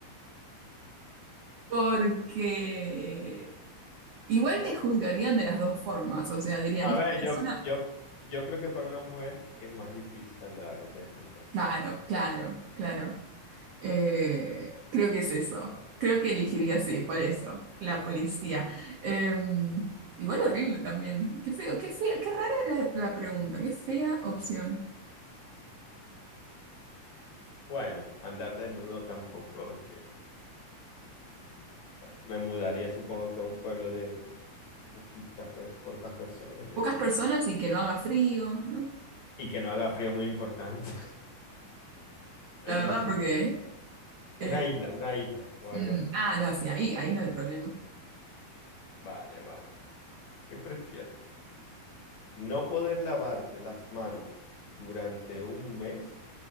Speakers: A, on the right; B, on the left.
A: porque igual te juzgarían de las dos formas, o sea, dirían,
B: A
A: esta
B: ver,
A: persona,
B: yo, yo, yo creo que para una mujer es más difícil andar desnuda.
A: claro, claro, claro. Eh, creo que es eso. Creo que elegiría sí, por eso, la policía. Eh, igual horrible también. Qué feo, qué fea, qué rara la, la pregunta, qué fea opción.
B: Bueno, andar desnudo tampoco es que, bueno, me mudaría supongo que a un pueblo de poquitas, pers- pocas personas y ya
A: Pocas
B: está.
A: personas y que no haga frío, ¿no?
B: Y que no haga frío muy importante. <laughs>
A: La verdad, porque Eh,
B: Una isla, una isla o algo
A: mm,
B: así.
A: ah, no, sí, ahí, ahí no hay problema.
B: Vale, vale. ¿Qué prefieres? ¿No poder lavarte las manos durante un mes